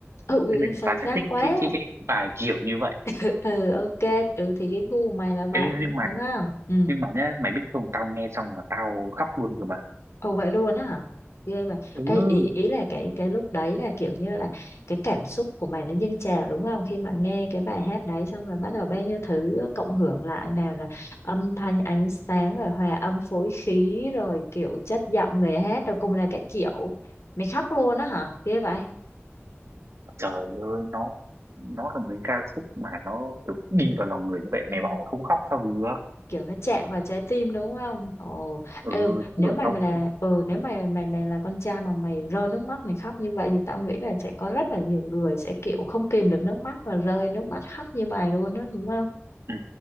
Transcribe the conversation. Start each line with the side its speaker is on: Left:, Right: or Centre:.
Left: ừ
Right: thế nên
Left: sâu
Right: ta
Left: sắc
Right: sẽ thích
Left: quá
Right: cái cái cái, cái bài kiểu như vậy
Left: ừ ừ, ok ừ thì cái gu mày là vậy
Right: Ê, nhưng mà
Left: đúng không ừ
Right: nhưng mà nhá mày biết không tao nghe xong mà tao khóc luôn rồi mà
Left: Ồ vậy luôn á hả? Ghê vậy.
Right: ừ
Left: Ê, ý Ừ. ý là cái cái lúc đấy là kiểu như là cái cảm xúc của mày nó dâng trào đúng không? Khi mà nghe cái bài hát đấy xong rồi bắt đầu bao nhiêu thứ cộng hưởng lại nào là âm thanh ánh sáng rồi hòa âm phối khí rồi kiểu chất giọng người hát rồi cùng là các kiểu. Mày khóc luôn á hả? Ghê vậy.
Right: trời ơi nó nó là một cái ca khúc mà nó kiểu đi vào lòng người như vậy
Left: Ừ.
Right: mày bảo không khóc sao được
Left: kiểu nó chạm vào trái tim đúng không? Ồ,
Right: ừ
Left: ừ,
Right: tức
Left: nếu
Right: là
Left: mày
Right: tao
Left: mà là ừ, nếu mày mày mày là con trai mà mày rơi nước mắt mày khóc như vậy thì tao nghĩ là sẽ có rất là nhiều người sẽ kiểu không kìm được nước mắt và rơi nước mắt khóc như mày luôn đó đúng không?
Right: ừ,